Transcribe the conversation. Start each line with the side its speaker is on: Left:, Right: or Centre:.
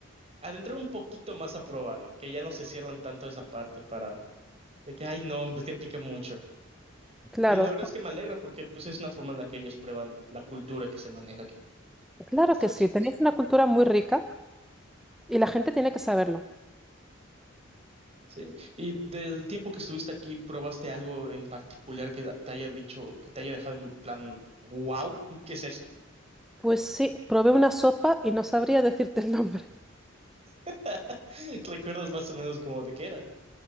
Right: adentrar un poquito más a probarlo, que ya no se cierran tanto esa parte para de que, ay, no, es que pica mucho.
Centre: Claro,
Right: Y la verdad es que me alegra porque pues es una forma en la que ellos prueban la cultura que se maneja aquí,
Centre: claro
Right: las tradiciones.
Centre: que sí. Tenéis una cultura muy rica y la gente tiene que saberlo.
Right: Sí. Y del tiempo que estuviste aquí, ¿probaste algo en particular que te haya dicho, que te haya dejado en plan, wow, ¿qué es esto?
Centre: Pues sí, probé una sopa y no sabría decirte el nombre.
Right: <laughs> ¿Recuerdas más o menos cómo de qué era?